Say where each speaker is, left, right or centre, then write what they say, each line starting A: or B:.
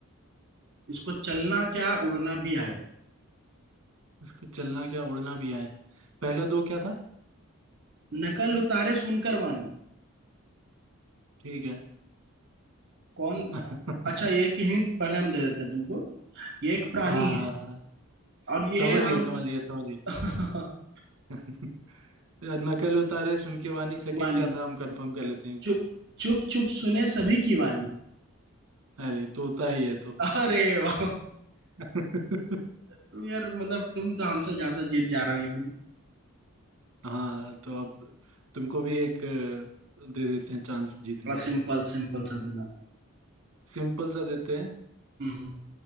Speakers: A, on the right (about 50°); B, on the right (about 65°).
A: इसको चलना क्या उड़ना भी आए
B: इसको चलना क्या उड़ना भी आए पहला दो क्या था
A: नकल उतारे सुनकर वाणी
B: ठीक है
A: कौन
B: <laughs>
A: अच्छा ये एक हिंट पहले हम दे देते हैं तुमको ये एक प्राणी
B: हाँ
A: है
B: हाँ हाँ
A: और ये
B: समझिए
A: हम
B: समझिए समझिए
A: <laughs>
B: <laughs> नकल उतारे सुन के वानी सेकंड
A: वाणी
B: क्या था हम कंफर्म कर लेते हैं एक
A: चुप
B: बार
A: चुप चुप सुने सभी की वाणी
B: अरे तोता ही है तो
A: अरे वाह
B: <laughs>
A: तुम यार मतलब तुम तो हमसे ज्यादा जीत जा रहा है लेकिन
B: हाँ तो अब तुमको भी एक अ, दे देते हैं चांस जीतने
A: थोड़ा
B: का
A: सिंपल सिंपल सा देना
B: सिंपल सा देते हैं
A: हम्म हम्म,